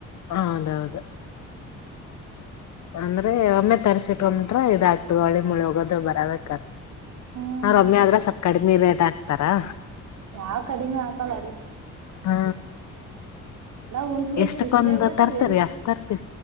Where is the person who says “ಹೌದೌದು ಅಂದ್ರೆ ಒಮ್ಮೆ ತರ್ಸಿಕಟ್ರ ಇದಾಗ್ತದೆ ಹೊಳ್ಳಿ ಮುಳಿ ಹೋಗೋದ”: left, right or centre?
Left